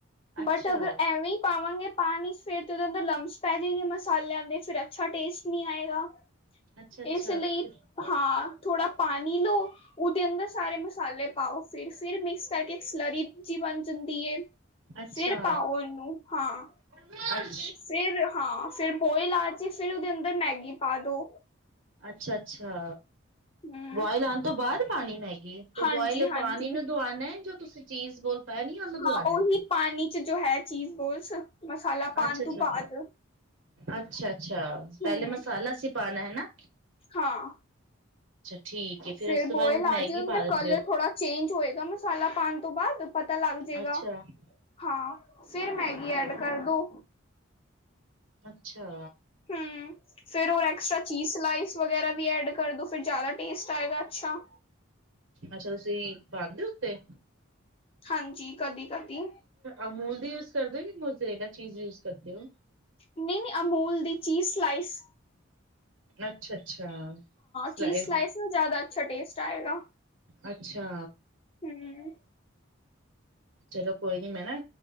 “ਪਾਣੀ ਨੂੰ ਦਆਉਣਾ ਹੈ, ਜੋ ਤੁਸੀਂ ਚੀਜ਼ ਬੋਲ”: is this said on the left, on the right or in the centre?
Right